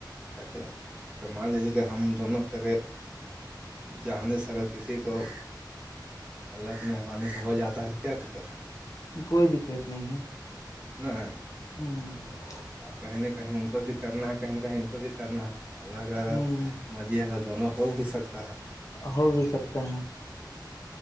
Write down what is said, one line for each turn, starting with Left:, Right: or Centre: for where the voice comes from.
Right: تاکہ اگر مان لیجیے کہ ہم دونوں کےے <inaudible> جہنی س اگر کسی کو <inaudible> اللہ مہرانی سے ہو جاتا ہے تو کیا دقت ہے <inaudible>
Left: کوئی دقت نہیں ہے
Right: ن ہ <inaudible>
Left: ہوں <inaudible>
Right: ا کہیں نہ کہیں ان کو بھی کرنا ہے کہیں نہ کہیں ان کو بھی کرنا ہے الگ ال
Left: ہوں
Right: <inaudible> مرزی دونوں ہو بھی سکتا ہے <inaudible>
Left: ہو بھی سکتے ہیں